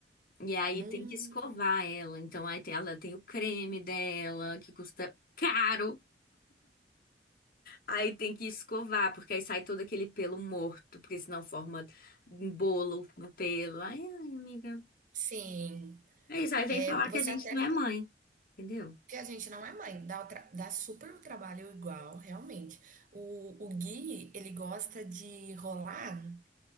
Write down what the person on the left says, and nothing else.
E aí
tem que escovar ela. Então aí tem- ela tem o creme dela, que custa caro. Aí tem que escovar, porque aí sai todo aquele pelo morto, porque senão forma um bolo no pelo. Ai, ai, amiga.
É isso, aí vem
falar
que a gente
não
é mãe, entendeu?